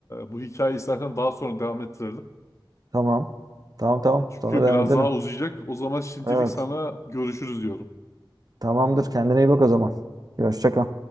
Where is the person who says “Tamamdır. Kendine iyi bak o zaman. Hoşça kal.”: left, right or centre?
Right